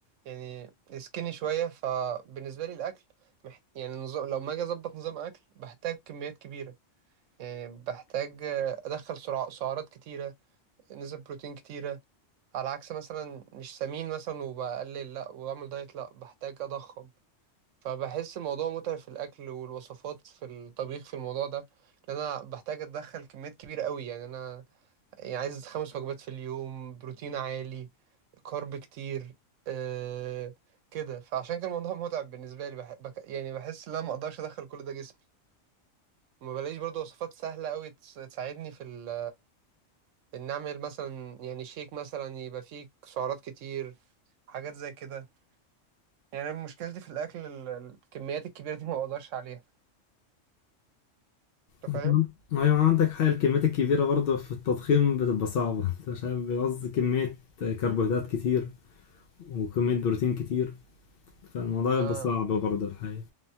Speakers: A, on the right; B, on the left.
A: يعني سكيني شويه فبالنسبه لي الاكل مح... يعني نظام لو ما اجي اظبط نظام اكل بحتاج كميات كبيره يعني بحتاج آه، ادخل سرع... سعرات كتيره نسب بروتين كتيره على عكس مثلا مش سمين مثلا وبقلل لا واعمل دايت لا بحتاج اضخم فبحس الموضوع متعب في الاكل والوصفات في الطبيخ في الموضوع ده لان انا بحتاج اتدخل كميات كبيره قوي يعني انا يعني عايز خمس وجبات في اليوم بروتين عالي كارب كتير آه كده فعشان كان الموضوع <laughs> متعب بالنسبه لي بح... بك... يعني بحس ان انا ما اقدرش ادخل كل ده جسمي ما بلاقيش برضه وصفات سهله قوي تس... تساعدني في ال... ان اعمل مثلا يعني شيك مثلا يبقى فيه سعرات كتير حاجات زي كده يعني أنا مشكلتي في الاكل ال- الكميات الكبيره دي ما بقدرش عليها انت
B: انت
A: فاهم
B: عن- ايوه عندك حق الكميات الكبيرة برضه في التضخيم بتبقى صعبة <laughs> انت مش عارف بيعوز كمية كربوهيدرات كتير وكمية بروتين كتير فالموضوع
A: اه
B: يبقى صعب برضه الحقيقة